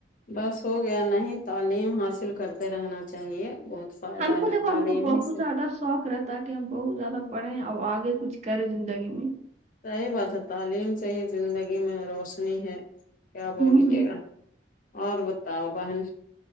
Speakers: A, on the left; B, on the right.
A: بس ہو گیا نہیں تعلیم حاصل کرتے رہنا چاہیے بہت فائدہ
B: ہم کو
A: ہے
B: دیکھو
A: تعلیم
B: ہم کو بہت
A: ہی سے
B: زیادہ س شوق رہتا ہے کہ ہم بہت زیادہ پڑہیں اور آگے کچھ کریں زندگی میں
A: صحیح بات ہے تعلیم سے ہی زندگی میں روشنی ہے کیا بولیے
B: ہوں ہوں
A: گا اور بتاؤ بہن